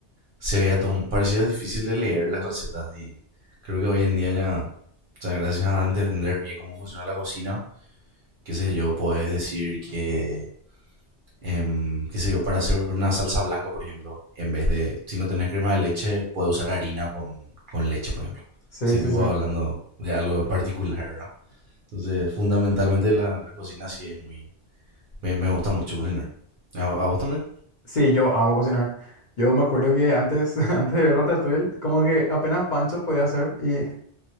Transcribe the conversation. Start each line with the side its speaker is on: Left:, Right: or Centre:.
Right: Se veía tom- parecía difícil de leer las recetas y creo que hoy en día ya, o sea, gracias a entender bien cómo funciona la cocina, qué sé yo, puedes decir que em, qué sé yo, para hacer una salsa blanca, por ejemplo, en vez de, si no tenés crema de leche, puedes usar harina con, con leche, por ejemplo.
Left: Sí,
Right: Si
Left: sí,
Right: tú
Left: sí.
Right: vas hablando de algo en particular, ¿verdad? Entonces, fundamentalmente la, la cocina sí es muy... Me, me gusta mucho cocinar. ¿A, a vos también?
Left: Sí, yo amo cocinar. Yo me acuerdo que antes, <laughs> antes de ver Ratatouille, como que apenas pancho podía hacer y